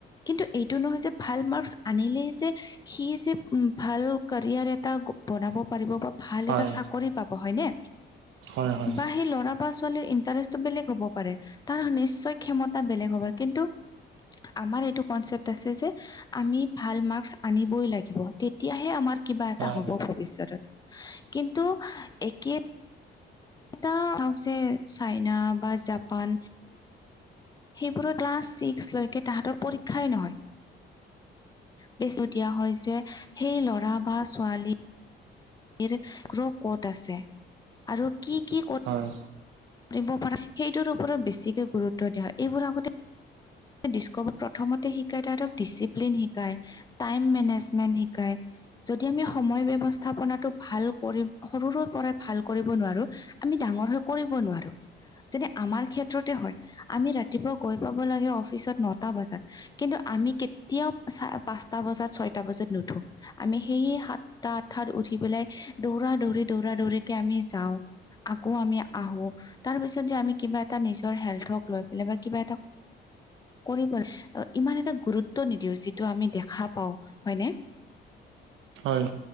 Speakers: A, on the left; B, on the right.
A: কিন্তু এইটো নহয় যে ভাল মাৰ্কচ আনিলেই যে সি যে উম ভাল কেৰিয়াৰ এটা বনাব পাৰিব বা ভাল
B: হয়
A: এটা চাকৰি পাব হয়নে
B: হয় হয়
A: বা সেই ল'ৰা বা ছোৱালীৰ ইণ্টাৰেষ্টটো বেলেগ হ'ব পাৰে তাৰ নিশ্চয় ক্ষমতা বেলেগ হব কিন্তু আমাৰ এইটো কনচেপ্ট আছে যে আমি ভাল মাৰ্কচ আনিবই লাগিব তেতিয়াহে আমাৰ কিবা এটা
B: হয়
A: হ'ব ভৱিষ্যতত কিন্তু একে এতিয়া চাওক যে চাইনা বা জাপান সেইবোৰৰ ক্লাছ ছিক্সলৈকে তাহাঁতৰ পৰীক্ষাই নহয়। বেছু দিয়া হয় যে সেই ল'ৰা বা ছোৱালী ৰ গ্ৰ ক'ত আছে আৰু কি কি ক
B: হয়।
A: কৰিব পাৰা সেইটোৰ ওপৰত বেছিকে গুৰুত্ব দিয়া হয়। এইবোৰ আগতে ডিছকভত প্ৰথমতে শিকায় তাহাঁতক ডিচিপ্লিন শিকায়। টাইম মেনেজমেণ্ট শিকায়। যদি আমি সময় ব্যৱস্থাপনাটো ভাল কৰি সৰুৰ পৰা ভাল কৰিব নোৱাৰো। আমি ডাঙৰ হৈ কৰিব নোৱাৰো। যেতিয়া আমাৰ ক্ষেত্ৰতে হয়। আমি ৰাতিপুৱা গৈ পাব লাগে অফিচত নটা বাজাত। কিন্তু আমি কেতিয়াও চ পাঁচটা বজাত, ছয়টা বজাত নুঠো। আমি সেইয়ে সাতটা, আঠটাত উঠি পেলাই দৌৰা-দৌৰি, দৌৰা-দৌৰিকে আমি যাওঁ। কাকো আমি আহো তাৰ পিছত যে আমি কিবা এটা নিজৰ হেল্থক লৈ পেলাই বা কিবা এটা কৰিবলে ইমান এটা গুৰুত্ব নিদিও যিটো আমি দেখা পাও, হয়নে?
B: হয়,